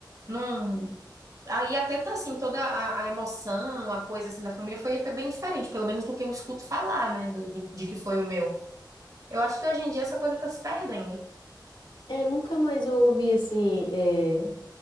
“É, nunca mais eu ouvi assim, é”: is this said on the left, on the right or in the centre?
Left